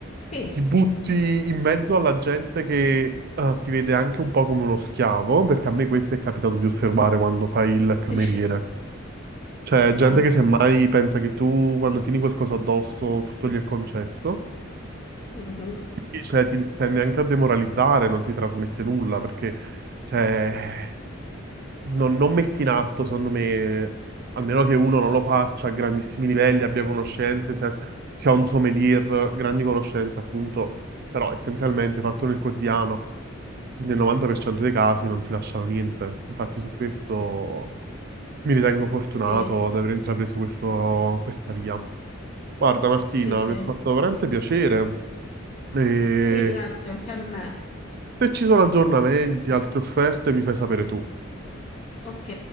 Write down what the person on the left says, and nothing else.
Sì,
sì.
Ah,
mhm.
Sì,
sì, sì.
Sì, grazie, anche a me.
Ok.